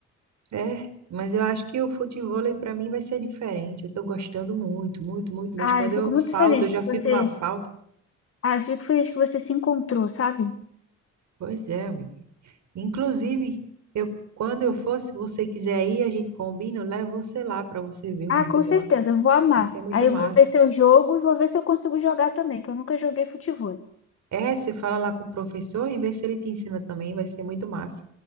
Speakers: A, on the right; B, on the left.
A: É, mas eu acho que o futebol para mim vai ser diferente. Eu tô gostando muito, muito, muito mesmo.
B: Ah,
A: Quando
B: eu fico
A: eu
B: muito
A: falto,
B: feliz
A: eu já
B: que
A: fico
B: você.
A: numa falta.
B: Ah, eu fico feliz que você se encontrou, sabe?
A: Pois é, amigo. Inclusive, eu quando eu for, se você quiser ir, a gente combina, eu levo você lá para você ver um
B: Ah,
A: jogo
B: com certeza,
A: lá.
B: eu vou amar.
A: Vai ser muito
B: Aí
A: massa.
B: eu vou ver se eu jogo e vou ver se eu consigo jogar também, que eu nunca joguei futebol.
A: É, você fala lá com o professor e vê se ele te ensina também, vai ser muito massa.